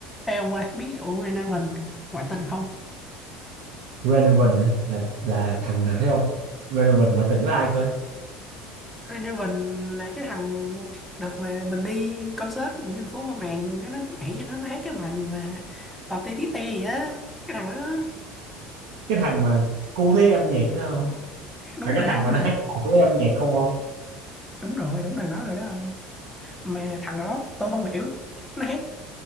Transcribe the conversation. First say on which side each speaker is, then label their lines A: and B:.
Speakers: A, in the centre; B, on the right.
A: Ê ông ơi, biết vụ Renaven ngoại tình không?
B: Renovan hả? là là thằng nào thấy không Renovan ngoại tình với ai cơ
A: Renaven là cái thằng đợt mà mình đi concert những thành phố mà màng nó nó nhảy cho nó nó hát cái bài gì mà tò te tí te gì á cái thằng đó
B: cái thằng mà cu lấy âm nhạc thấy không
A: đúng
B: phải cái
A: rồi
B: thằng
A: ông
B: mà
A: thằng
B: nó hát
A: đó.
B: cùng với âm nhạc không không
A: đúng rồi đúng thằng đó rồi đó ông mà thằng đó tôi không hiểu nó hát